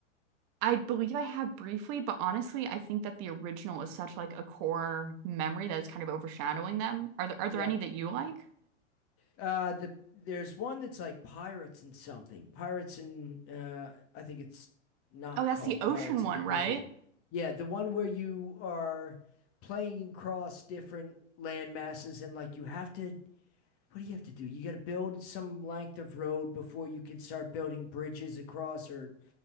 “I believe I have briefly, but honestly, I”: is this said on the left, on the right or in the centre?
Right